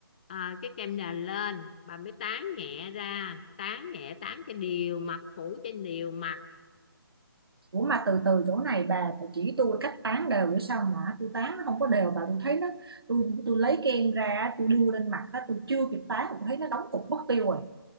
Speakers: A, on the left; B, on the right.
A: ờ, cái kem nền lên bà mới tán nhẹ ra tán nhẹ tán cho đều mặt phủ trên đều mặt
B: ủa mà từ từ chỗ này bà, bà chỉ tôi cách tán đều nữa sao mà tôi tán nó không có đều bà tôi thấy nó tôi tôi lấy kem ra tôi đưa lên mặt á tôi chưa kịp tán tôi thấy nó đóng cục mất tiêu rồi